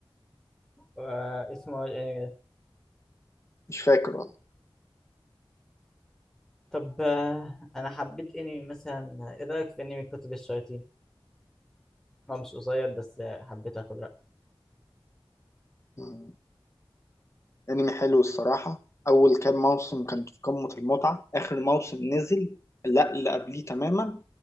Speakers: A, in the centre; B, on the left.
A: آه، اسمه إيه الانمي ده
B: مش فاكر
A: طب آه، انا حبيت انمي مثلا ايه رايك في انمي كتب الشياطين هو مش قصير بس آه، حبيت اخد رأيك
B: والله انمي حلو الصراحة اول كام موسم كانت في قمة المتعة اخر موسم نزل لا اللي قبليه تماما